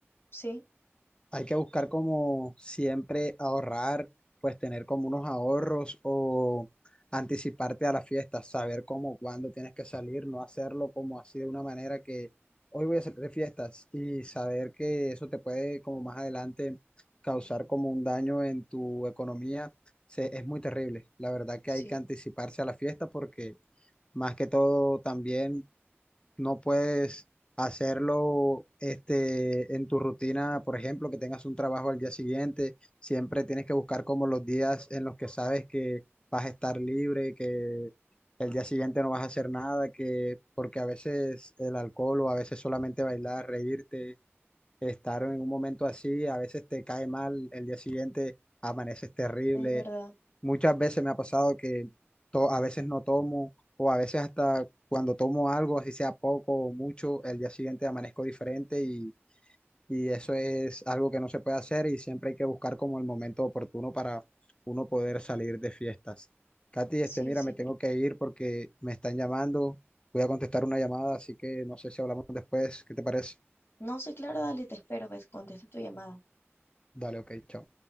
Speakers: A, on the left; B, on the left.
A: sí,
B: Hay que buscar como siempre ahorrar, pues tener como unos ahorros o anticiparte a las fiestas saber cómo, cuándo tienes que salir, no hacerlo como así de una manera que hoy voy a salir de fiestas y saber que eso te puede como más adelante causar como un daño en tu economía, se- es muy terrible. La verdad que
A: sí,
B: hay que anticiparse a la fiesta porque más que todo también no puedes hacerlo este, en tu rutina, por ejemplo, que tengas un trabajo al día siguiente, siempre tienes que buscar como los días en los que sabes que vas a estar libre, que el día siguiente no vas a hacer nada, que porque a veces el alcohol o a veces solamente bailar, reírte, estar en un momento así, a veces te cae mal, el día siguiente amaneces terrible,
A: es verdad.
B: Muchas veces me ha pasado que to- a veces no tomo o a veces hasta cuando tomo algo, así sea poco o mucho, el día siguiente amanezco diferente y, y eso es algo que no se puede hacer y siempre hay que buscar como el momento oportuno para uno poder salir de fiestas. Katy,
A: Sí,
B: este, mira,
A: sí,
B: me
A: es
B: tengo
A: verdad.
B: que ir porque me están llamando, voy a contestar una llamada, así que no sé si hablamos después, ¿qué te parece?
A: No, sí, claro, dale, te espero, ves, contesta tu llamada.
B: Dale, ok, chao.